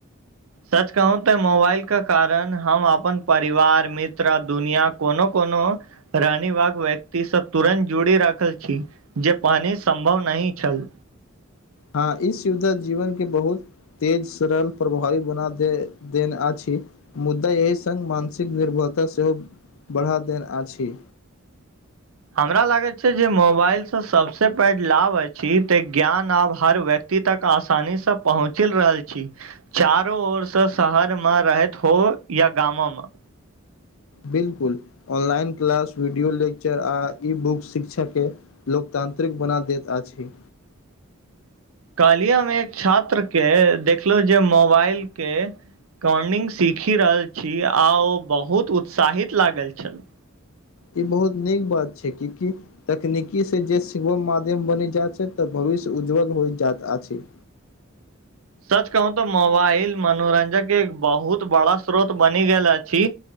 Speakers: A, on the right (about 75°); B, on the left (about 70°).
A: सच कहू ते मोबाइ के कारण हम अपन परिवार मित्र दुनिया कोनो कोनो रानी ब व्यक्तिसँ तुरन्त जुड़ी रखल छी जे पानी सम्भव नहि छल
B: हँ ई सुविधा जीवन के बहुत तेज सरल प्रभावी बना दे देन अछि मुद्दा एहि सङ्ग मानसिक निर्भरता सेहो बढ़ा देन अछि
A: हमरा लागैत छै जे मोबाइल से सबसे पैघ लाभ अछि तऽ ज्ञान आब हर व्यक्त ती तक आसानी से पहुँचल रहल छी चारो ओरसँ शहरमे रहैत हो या गाममे
B: बिल्कुल ऑनलाइन क्लास वीडियो लेक्चर आ ई बुक शिक्षक के लोकतांत्रिक बना दैत अछि
A: काल्हि हमे एक छात्रके देखलहुँ जे मोबाइलके कॉर्नि्ंग सीखि रहल छी आ ओ बहुत उत्साहित लागल छन
B: ई बहुत नीक बात छै कि कि तकनीकी से जे सिवोम माध्यम बनि जाइत छै तऽ भविष्य उज्ज्वल होय जाइत अछि
A: सच कहू तऽ मोबाइल मनोरंजन के एक बहुत बड़ा स्रोत बनि गेल अछि